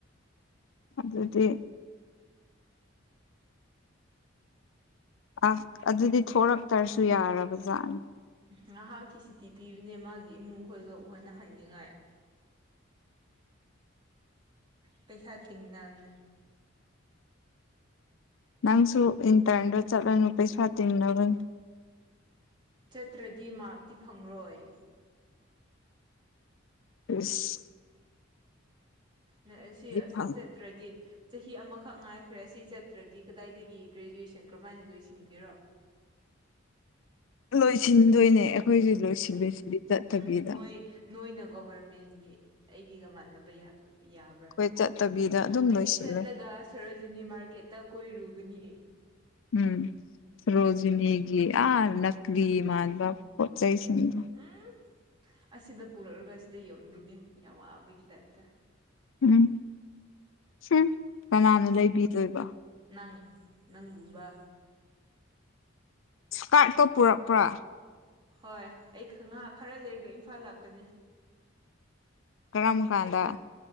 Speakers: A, on the left; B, on the right.
A: ꯑꯗꯨꯗꯤ ꯑꯁ ꯑꯗꯨꯗꯤ ꯊꯣꯔꯛꯇ꯭ꯔꯁꯨ ꯌꯥꯔꯕꯖꯥꯠꯅꯤ꯫
B: ꯉꯥꯏꯍꯥꯛꯀꯤ ꯁꯨꯇꯤ ꯄꯤꯕꯅꯦ ꯃꯥꯒꯤ ꯏꯃꯨꯡ ꯈꯣꯏꯒ ꯎꯍꯟꯅꯅꯤꯡꯉꯥꯏ ꯄꯩꯁꯥ ꯇꯤꯡꯅꯕꯅꯦ꯫
A: ꯅꯪꯁꯨ ꯏꯟꯇꯔꯟꯗꯣ ꯆꯠꯂꯅꯨ ꯄꯩꯁꯥ ꯇꯤꯡꯅꯕꯅꯦ꯫
B: ꯆꯠꯇ꯭ꯔꯗꯤ ꯃꯥꯔꯛꯇꯤ ꯐꯪꯔꯣꯏ꯫
A: ꯑꯁ
B: ꯅ ꯑꯁꯤ ꯑꯁꯤ
A: ꯐꯪ
B: ꯆꯠꯇ꯭ꯔꯗꯤ ꯆꯍꯤ ꯑꯃꯈꯛ ꯉꯥꯏꯈ꯭ꯔꯦ ꯑꯁꯤ ꯆꯠꯇ꯭ꯔꯗꯤ ꯀꯗꯥꯏꯗꯒꯤ ꯒ꯭ꯔꯦꯖꯨꯋꯦꯁꯟ ꯀꯔꯝꯃꯥꯏꯅ ꯂꯣꯏꯁꯤꯟꯒꯦꯔꯣ꯫
A: ꯂꯣꯏꯁꯤꯟꯗꯣꯏꯅꯦ ꯑꯩꯈꯣꯏꯁꯦ ꯂꯣꯏꯁꯤꯜꯂꯁꯤꯗꯤ
B: ꯑꯁ
A: ꯆꯠꯇꯕꯤꯗ꯫
B: ꯅꯣꯏ ꯅꯣꯏꯅ ꯒꯣꯚꯔꯃꯦꯟꯒꯤ ꯑꯩꯒꯤꯒ ꯃꯥꯟꯅꯕ ꯌꯥꯒ ꯌꯥꯕ꯭ꯔꯥ
A: ꯑꯩꯈꯣꯏ ꯆꯠꯇꯕꯤꯗ ꯑꯗꯨꯝ
B: ꯑꯁꯤ
A: ꯂꯣꯏꯁꯤꯜꯂꯦ
B: ꯆꯠꯂꯒ ꯁꯣꯔꯣꯖꯤꯅꯤ ꯃꯥꯔꯀꯦꯠꯇ ꯀꯣꯏꯔꯨ ꯑꯒꯅꯤ
A: ꯎꯝ ꯁꯣꯔꯣꯖꯤꯅꯤꯒꯤ ꯑꯥ ꯅꯛꯀ꯭ꯂꯤ ꯃꯥꯟꯅꯕ ꯄꯣꯠ ꯆꯩꯁꯤꯡꯗꯣ꯫
B: ꯎꯝ ꯑꯁꯤꯗ ꯄꯨꯔꯛꯑꯒ ꯑꯁꯤꯗ ꯌꯣꯟꯒꯅꯤ ꯌꯥꯝ ꯋꯥꯕꯒꯤ ꯇꯥꯏꯞꯇ꯫
A: ꯎꯝ ꯍꯨꯝ ꯀꯅꯥꯅ ꯂꯩꯕꯤꯗꯣꯏꯕ꯫
B: ꯅꯪ ꯅꯪꯒꯨꯝꯕ
A: ꯁ꯭ꯀꯥꯔꯠꯀꯣ ꯄꯨꯔꯛꯄ꯭ꯔꯥ
B: ꯍꯣꯏ ꯑꯩ ꯉꯥꯏꯍꯥꯛ ꯈꯔ ꯂꯩꯔꯒ ꯏꯝꯐꯥꯜ ꯂꯥꯛꯀꯅꯤ
A: ꯀꯔꯝ ꯀꯥꯟꯗ
B: ꯑꯩ ꯄꯥꯟ